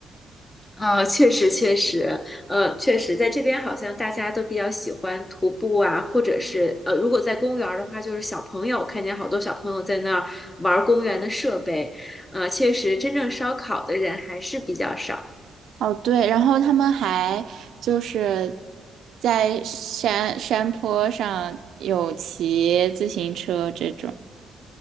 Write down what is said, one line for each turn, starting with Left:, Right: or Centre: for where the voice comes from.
Left: 啊，确实确实，呃，确实，在这边好像大家都比较喜欢徒步啊，或者是呃，如果在公园儿的话，就是小朋友，看见好多小朋友在那儿玩儿公园的设备，呃，确实，真正烧烤的人还是比较少。
Right: 哦，对，然后他们还就是在山山坡上有骑自行车这种，